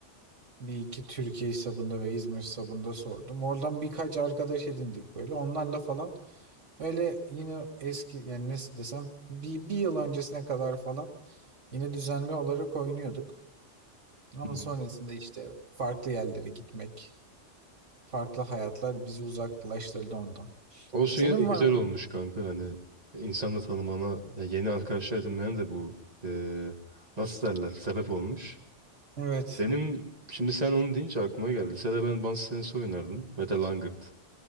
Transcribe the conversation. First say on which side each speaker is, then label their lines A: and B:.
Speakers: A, on the right (about 80°); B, on the right (about 35°).
A: bir iki Türkiye hesabında ve İzmir hesabında sordum. Oradan birkaç arkadaş edindik böyle. Onlarla falan öyle yine eski yani nasıl desem bir, bir yıl öncesine kadar falan yine düzenli olarak oynuyorduk. Ama
B: Hı hı.
A: sonrasında işte farklı yerlere gitmek, farklı hayatlar bizi uzaklaştırdı ondan.
B: Olsun
A: Senin
B: yine de güzel
A: var mı?
B: olmuş kanka. Hani insanla tanımana, ya yeni arkadaşlar edinmene de bu eee, nasıl derler sebep olmuş.
A: Evet.
B: Benim Şimdi sen onu deyince aklıma geldi. Lisede ben masa tenisi oynardım. Ve de langırt.